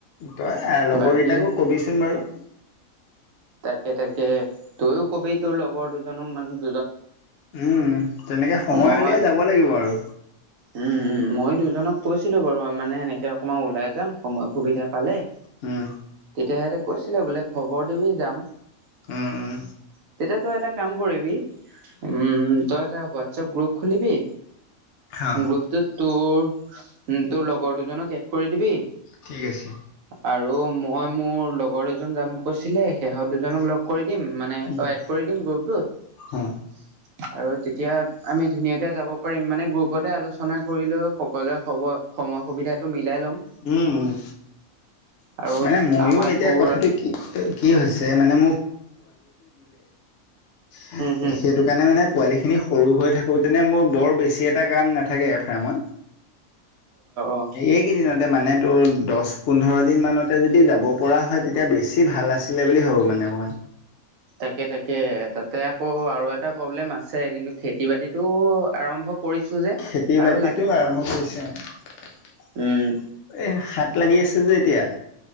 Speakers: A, on the left; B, on the right.
A: তই লগৰ
B: বাকী
A: কেইটাকো কবিচোন বাৰু
B: তাকে তাকে তইয়ও কবি তোৰ লগৰ দুজনো মানহ
A: উম উম তেনেকে সময়
B: মই
A: উলিয়াই যাব লাগিব আৰু
B: উম উম মইো দুজনক কৈছিলো বাৰু মানে এনেকে অকণমান ওলাই যাম সময় সুবিধা পালে
A: হম
B: তেতিয়া সিহঁতে কৈছিলে বোলে খবৰ দিবি যাম তেতিয়া
A: উম উম
B: তই এটা কাম কৰিবি উম তই এটা হোৱাটছপ গ্ৰুপ খুলিবি
A: হা
B: গ্ৰুপটোত তোৰ তোৰ লগৰ দুজনক এড কৰি দিবি
A: ঠিক আছে
B: আৰু মই মোৰ লগৰ দুজন যাম কৈছিলে শেহত দুজনক লগ কৰি দিম মানে অ
A: উম
B: এড কৰি দিম গ্ৰুপটোত
A: হা
B: আৰু তেতিয়া আমি ধুনীয়াকৈ যাব পাৰিম মানে গ্ৰুপতে আলোচনা কৰিলেও সকলোৱে খ'বৰ সময় সুবিধাটো মিলাই ল'ম
A: উম উম
B: আৰু
A: মানে ময়ো
B: আমাৰ
A: এতিয়া
B: তোৰ
A: কথাটো কি কি হৈছে মানে <unintelligible>
B: হম হম
A: ' তেনে মোৰ বৰ বেছি এটা কাম নাথাকে ফাৰ্মত
B: অ
A: এইকেইদিনত মানে তো দহ পোন্ধৰ দিন মানতে যদি যাব পৰা হয় তেতিয়া বেছি ভাল আছিলে বুলি ভাবোঁ মানে মানে অকমান
B: তাকে তাকে তাতে আকৌ আৰু এটা প্ৰব্লেম আছে কিন্তু খেতি বাতিটো আৰম্ভ কৰিছো যে
A: খেতি
B: আৰু
A: বাতিতটো
B: লাগিব
A: আৰম্ভ
B: বাৰু মোৰ
A: কৰিছে আৰু
B: উম
A: এই সাত লাগি আছে যে এতিয়া